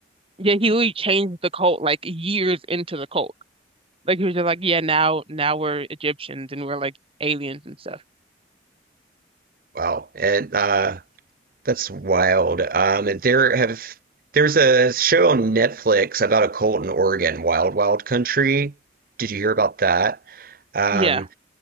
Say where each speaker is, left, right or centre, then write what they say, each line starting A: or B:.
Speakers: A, on the right; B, on the right.
A: yeah, he really changed the cult like years into the cult. Like he was just like, yeah, now now we're Egyptians and we're like aliens and stuff.
B: Wow. And uh That's wild. Um, and there have there's a show on Netflix about a cult in Oregon, Wild Wild Country. Did you hear about that? Um,
A: Yeah.